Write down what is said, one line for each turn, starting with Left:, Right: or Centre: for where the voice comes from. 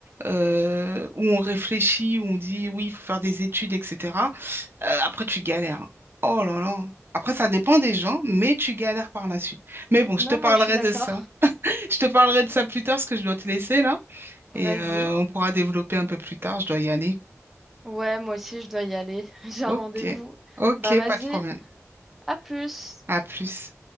Right: euh, où on réfléchit où on dit oui il faut faire des études etc euh, après tu galères hein. oh là là après ça dépend des gens mais tu galères par la suite mais bon je
Centre: Non,
Right: te parlerai
Centre: moi, je suis d'accord.
Right: de ça je te parlerai de ça plus tard parce que je dois te laisser là et
Centre: Vas-y.
Right: euh, on pourra développer un peu plus tard je dois y aller
Centre: Ouais, moi aussi, je dois y aller. <laughs> J'ai un
Right: Ok,
Centre: rendez-vous.
Right: ok,
Centre: Bah, vas-y.
Right: pas de problème.
Centre: À plus.
Right: À plus.